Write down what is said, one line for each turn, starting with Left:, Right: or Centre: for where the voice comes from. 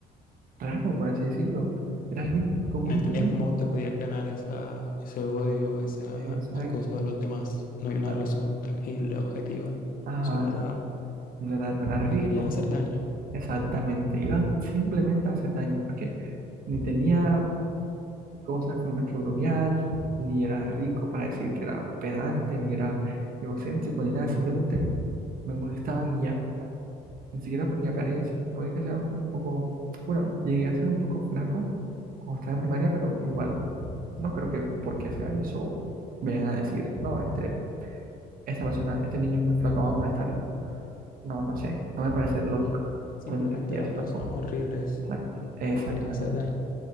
Right: raro, por así decirlo, era alguien común
Left: No entendías
Right: y corriente.
Left: cómo te podías ganar esa, ese odio, ese
Right: Exacto,
Left: acoso de los demás. No hay
Right: exacto,
Left: una razón tangible, objetiva.
Right: ajá,
Left: Solo
Right: exacto.
Left: era,
Right: No era, no era rico,
Left: te querían hacer daño.
Right: exactamente, iban simplemente a hacer daño, porque ni tenía cosas con las que bromear, ni era rico para decir que era pedante, ni era egocéntrico, ni nada, simplemente me molestaban y ya, ni siquiera por mi apariencia. Puede que sea un poco, bueno, llegué a ser un poco flaco cuando estaba en primaria, pero igual no creo que porque sea eso vengan a decir, no, este, esta persona, este niño es muy flaco, vamos a molestarlo. No, no sé, no me parece lógico.
Left: Simplemente
Right: No entendía
Left: eran
Right: eso
Left: personas
Right: tampoco.
Left: horribles
Right: Exact- Exactamente.
Left: que querían hacer daño.